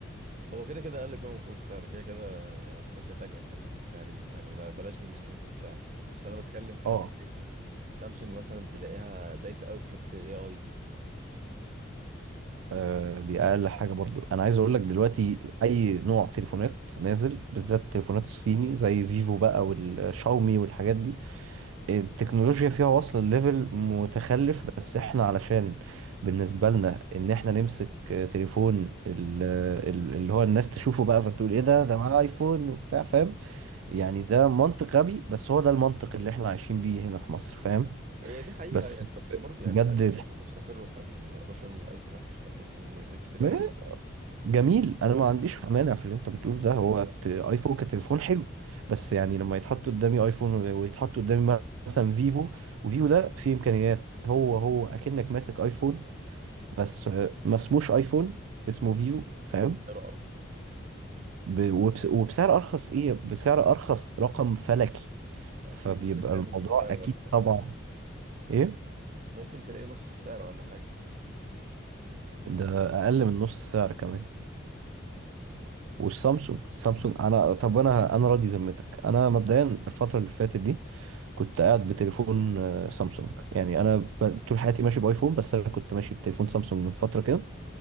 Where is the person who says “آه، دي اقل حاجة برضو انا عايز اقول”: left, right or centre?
Right